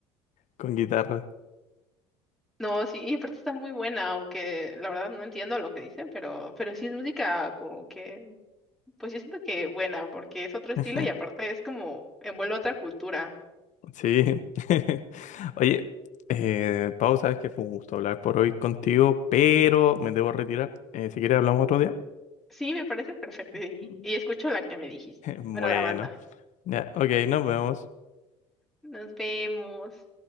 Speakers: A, on the left; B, in the centre.
A: con guitarra.
B: no, sí, y aparte está muy buena, aunque la verdad no entiendo lo que dicen, pero, pero sí es música como que Pues yo siento que buena, porque es otro estilo
A: Ujú.
B: y aparte es como envuelve otra cultura.
A: Sí. <laughs> Oye, eh, Pau, sabes que fue un gusto hablar por hoy contigo, pero me debo retirar. Eh, si quieres hablamos otro día.
B: Sí, me parece perfecto y,
A: <laughs>
B: y escucho la que me dijiste.
A: Bueno,
B: Bueno, la banda.
A: ya, ok, nos vemos.
B: Nos vemos.